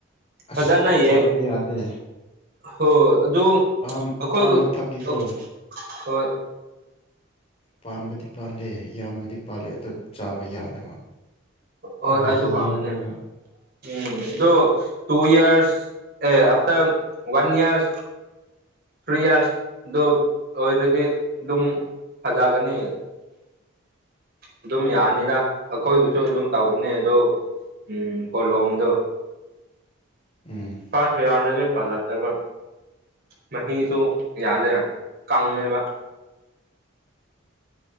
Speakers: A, on the left; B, on the right.
A: ꯑꯁ
B: ꯐꯖꯅ ꯌꯦ
A: ꯆꯥꯕ ꯌꯥꯗꯦ
B: ꯍꯣ ꯑꯗꯨ
A: ꯑꯥ
B: ꯑꯩꯈꯣꯏ
A: ꯑꯥ ꯃꯊꯛꯀꯤꯗꯣ
B: <unintelligible> ꯍꯣꯏ
A: ꯄꯥꯟꯕꯗꯤ ꯄꯥꯜꯂꯦ ꯏꯌꯥꯝꯕꯗꯤ ꯄꯥꯜꯂꯦ ꯑꯗꯨꯗ ꯆꯥꯕ ꯌꯥꯗꯕ
B: ꯍꯣꯏ
A: ꯃꯍꯤ
B: ꯑꯩꯁꯨ ꯈꯪꯒꯅꯤ
A: ꯌꯥꯎꯗꯕ
B: ꯎꯝ ꯑꯗꯨ ꯇꯨ ꯌꯔꯁ ꯑꯦ ꯑꯐꯇꯔ ꯋꯥꯟ ꯌꯔꯁ ꯊ꯭ꯔꯤ ꯌꯥꯔꯁꯗꯨ ꯑꯣꯏꯔꯗꯤ ꯑꯗꯨꯝ ꯐꯖꯒꯅꯤ ꯑꯗꯨꯝ ꯌꯥꯅꯤꯗ ꯑꯩꯈꯣꯏꯕꯨꯁꯨ ꯑꯗꯨꯝ ꯇꯧꯕꯅꯦ ꯑꯗꯣ ꯎꯝ ꯀꯣꯂꯣꯝꯗꯣ
A: ꯎꯝ
B: ꯄꯥꯁ ꯍ ꯌꯥꯔꯅꯗꯤ ꯐꯖꯗꯕ ꯃꯍꯤꯁꯨ ꯌꯥꯗꯦ ꯀꯪꯉꯦꯕ